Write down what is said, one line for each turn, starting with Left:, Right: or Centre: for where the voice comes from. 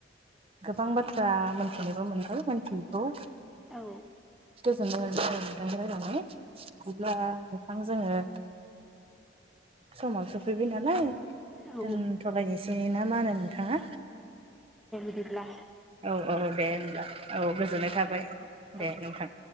Right: गोबां बाथ्रा मोनथिनोबो मोनबाय मोनथियिखौ
Centre: औ
Right: गोजोननाय मोनबाय आरो नोंथां रनानै बिदिब्ला नोंथां जोङो समाव सफैबि नालाय
Centre: औ
Right: दोनथ'लायनोसै ना मा होनो नोंथाङा
Centre: दिब्ला
Right: औ औ दे होनब्ला औ गोजोननाय थाबाय दे
Centre: औ
Right: नोंथां